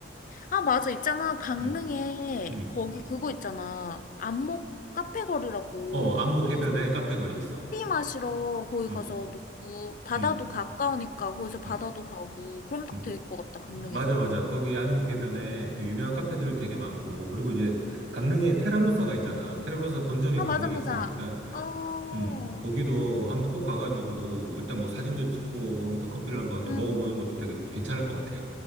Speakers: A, on the left (about 45°); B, on the right (about 85°).
A: 아, 맞아. 있잖아. 강릉에
B: 음, 음.
A: 거기 그거 있잖아. 안목 카페 거리라고.
B: 어, 안목
A: 거기
B: 해변에 카페 거리 있어.
A: 커피 마시러 거기
B: 음,
A: 가서 놀고 바다도
B: 음,
A: 가까우니까 거기서 바다도
B: 음,
A: 가고 그럼 딱
B: 음.
A: 될 것 같다. 강릉에서는.
B: 맞아, 맞아. 거기 안목 해변에 또 유명한 카페들 되게 많고, 그리고 이제 강릉에 테라로사가 있잖아. 테라로사 본점이
A: 아,
B: 강릉에
A: 맞아, 맞아.
B: 있으니까,
A: 어.
B: 음, 거기도 한번 꼭 가가지고, 일단 뭐 사진도 찍고, 거기서 커피를 한번 또
A: 음.
B: 먹어보는 것도
A: 음.
B: 되게 괜찮을 것 같아.